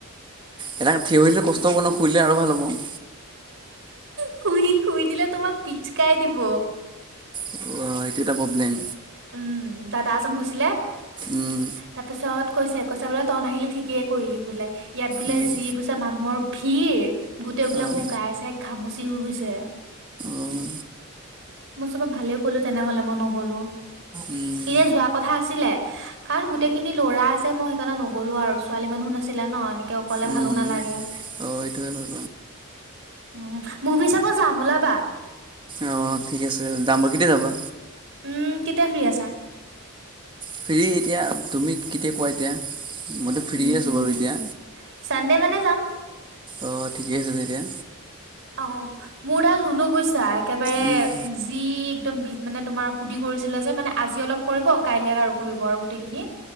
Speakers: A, on the right; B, on the right.
A: এটা থিয় হলে কষ্ট হ' নখুৰিলে আৰু ভাল হ'ব
B: শুই শুই দিলে তোমাক পিচকাই দিব
A: অ' সেইটো এটা প্ৰব্লেম
B: উম দাদা এজন গৈছিলে
A: উম
B: তাৰপিছত। কৈছে কৈছা বোলে তই নাহিলি ঠিকেইে কৰিলি বোলে ইয়াত বোলে
A: উম
B: যি বুইছে মানুহৰ ভিৰ গোটেই বোলে
A: অঁ
B: মোৰ গাই চাই ঘামুচি হৈ গৈছে
A: অঁ
B: মই চবে ভালেই কলো তেনেহলে মই নগলো।
A: উম
B: এ যে যোৱা কথা আছিলে কাৰণ গোটেই খিনি ল'ৰা আছে মই সেইকাৰণে নগলো আৰু ছোৱালী মানুহো নাছিলে ন এনেকে ক কলে
A: উম
B: ভালো নালাগে
A: অঁ সেইটোৱে বাৰু
B: উ মভি চাব যাম ওলাবা।
A: অ' ঠিক আছে যাম বা কেতিয়া যাবা
B: উম কেতিয়া ফ্ৰী আছা
A: ফ্ৰী এতিয়া তুমি কেতিয়া কোৱা এতিয়া মইতো ফ্ৰীয়ে
B: উম
A: আছোঁ বাৰু এতিয়া
B: চানডে মানে যাম।
A: অ' ঠিকে আছে তেতিয়া
B: অ' মোৰডাল ধনু বুইছা একেবাৰে
A: উম,
B: যি একদম মানে তোমাৰ সুধি কৰিছিলে যে মানে আজি অলপ কৰিব কাইলে আৰু কৰিব আৰু গোটেইখিনি।